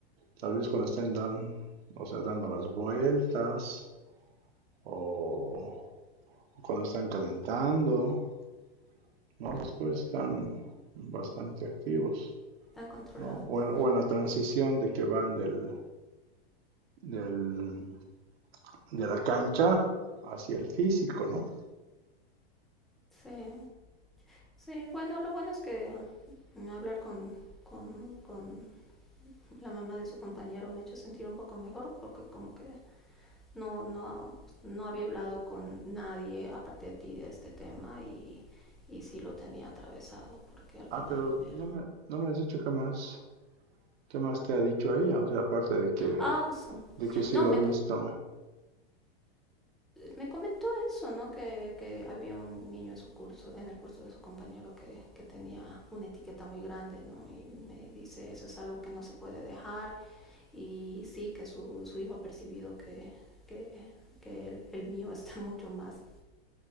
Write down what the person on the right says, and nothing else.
Tal vez cuando estén dan, o sea, dando las vueltas o, o cuando están calentando, ¿no? Después están bastante activos,
¿no? O en, o en la transición de que van del, del- de la cancha hacia el físico, ¿no?
Ah,
pero
no me, no me has dicho qué más, qué más te ha dicho ella, o sea, aparte de que,
de que sí
lo
ha visto